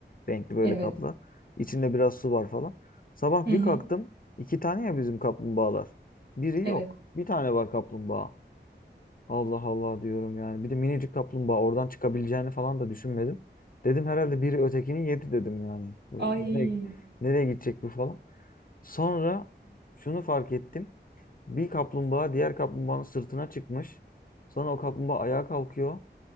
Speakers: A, on the left; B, on the right.
A: renkli böyle
B: Evet.
A: kaplar. İçinde biraz su var falan. Sabah
B: Hı
A: bir
B: hı.
A: kalktım. iki tane ya bizim kaplumbağalar. Biri
B: Evet.
A: yok. Bir tane var kaplumbağa. Allah Allah diyorum yani. Bir de minicik kaplumbağa oradan çıkabileceğini falan da düşünmedim. Dedim herhalde biri ötekini yedi dedim yani. Bu
B: Ay.
A: Nereye, nereye gidecek bu falan. Sonra şunu fark ettim. Bir kaplumbağa diğer kaplumbağanın sırtına çıkmış. Sonra o kaplumbağa ayağa kalkıyor.